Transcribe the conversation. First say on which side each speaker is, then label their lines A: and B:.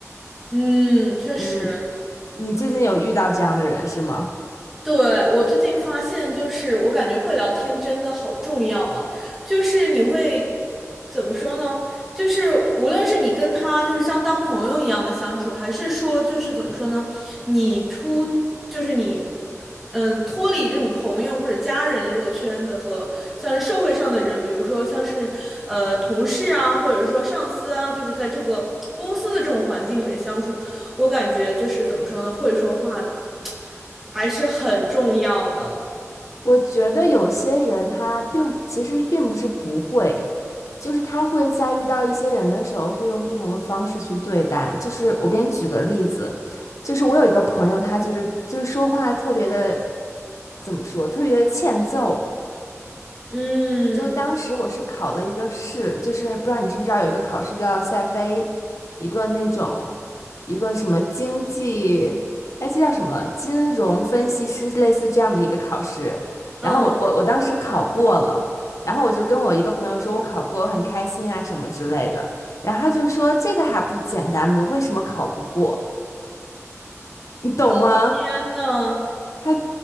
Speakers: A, in the centre; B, on the left.
A: 嗯，确实。
B: 嗯，你最近有遇到这样的人是吗？
A: 对，我最近发现，就是我感觉会聊天真的好重要啊！就是你会怎么说呢？就是无论是你跟他就是像当朋友一样的相处，还是说就是怎么说呢？你出就是你，嗯，脱离这种朋友或者家人的这个圈子和像是社会上的人，比如说像是呃同事啊，或者说上司啊，就是在这个公司的这种环境里面相处，我感觉就是怎么说呢？会说话还是很重要的。
B: 我觉得有些人他并其实并不是不会，就是他会在遇到一些人的时候，会用不同的方式去对待。就是我给你举个例子，就是我有一个朋友，他就是就是说话特别的怎么说，特别的欠揍。
A: 嗯
B: 就当时我是考了一个试，就是不知道你知不知道有一个考试叫 CFA，一个那种一个什么经济，哎，这叫什么金融分析师类似这样的一个考试。
A: 嗯，
B: 然后我我我当时考过了，然后我就跟我一个朋友说，我考过，我很开心啊什么之类的。然后他就说这个还不简单吗？为什么考不过？你懂吗？
A: 哦天呐，
B: 他。